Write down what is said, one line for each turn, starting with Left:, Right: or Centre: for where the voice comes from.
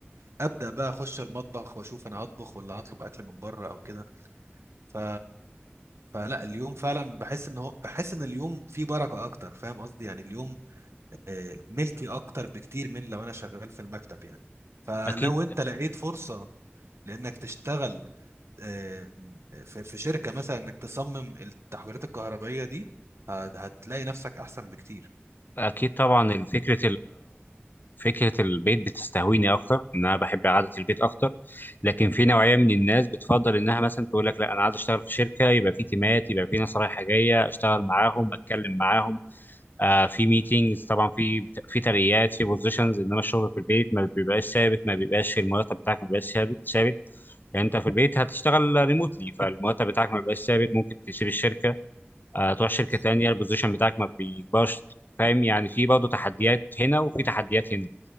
Right: ابدا بقى اخش المطبخ واشوف انا هطبخ ولا هطلب اكل من بره او كده ف فلا اليوم فعلا بحس ان هو بحس ان اليوم فيه بركة اكتر فاهم قصدي يعني اليوم آه، ملكي اكتر بكتير من لو انا شغال في المكتب يعني فلو
Left: اكيد
Right: انت لقيت فرصة لانك تشتغل آه، في في شركة مثلا انك تصمم التحويلات الكهربائية دي هت- هتلاقي نفسك احسن بكتير
Left: اكيد طبعا فكره فكرة البيت بتستهويني أكتر إن أنا بحب قعدة البيت أكتر لكن في نوعية من الناس بتفضل إنها مثلا تقول لك لا أنا عايز أشتغل في شركة يبقى في تيمات يبقى في ناس رايحة جاية أشتغل معاهم أتكلم معاهم آه في ميتينجز طبعا في في ترقيات في بوزيشنز إنما الشغل في البيت ما بيبقاش ثابت ما بيبقاش في المرتب بتاعك ما بيبقاش ثابت ثابت يعني انت في البيت هتشتغل ريموتلي فالمرتب بتاعك ما بيبقاش ثابت ممكن تسيب الشركه آه تروح شركه
Right: مم.
Left: تانيه البوزيشن بتاعك ما بيكبرش فاهم يعني في برضه تحديات هنا وفي تحديات هنا